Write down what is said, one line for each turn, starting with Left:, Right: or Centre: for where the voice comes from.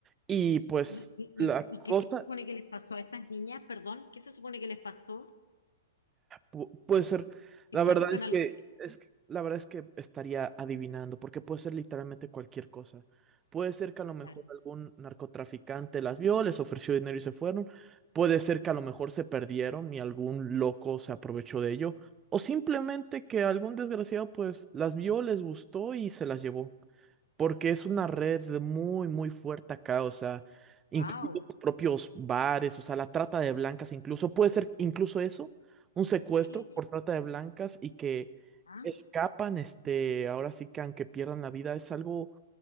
Right: Y pues
Left: ¿Y, y, y-
Right: la
Left: y
Right: cosa...
Left: qué se supone que les pasó a esas niñas? Perdón, ¿qué se supone que les pasó?
Right: Pu- puede ser,
Left: ¿Qué
Right: la
Left: culpa
Right: verdad es
Left: en
Right: que,
Left: algo?
Right: es que- la verdad es que estaría adivinando, porque puede ser literalmente cualquier cosa. Puede ser que a lo mejor
Left: Claro.
Right: algún narcotraficante las vio, les ofreció dinero y se fueron. Puede ser que a lo mejor se perdieron y algún loco se aprovechó de ello. O simplemente que algún desgraciado pues las vio, les gustó y se las llevó porque es una red muy, muy fuerte acá, o sea, incluso
Left: Wow.
Right: los propios bares, o sea, la trata de blancas incluso, puede ser incluso eso, un secuestro
Left: <gasps>
Right: por trata de blancas y que
Left: Ah,
Right: escapan, este, ahora sí que aunque pierdan la vida, es algo